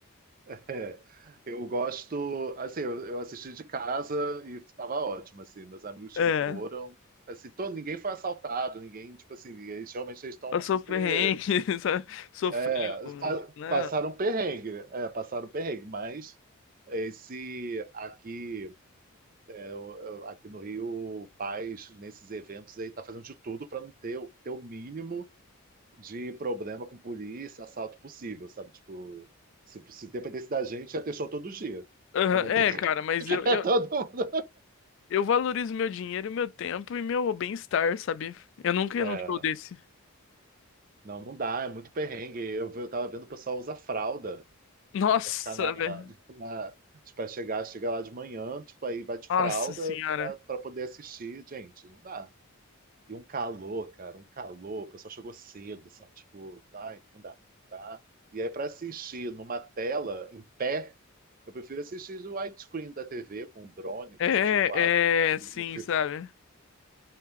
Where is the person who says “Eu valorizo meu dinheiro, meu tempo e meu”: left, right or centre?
Left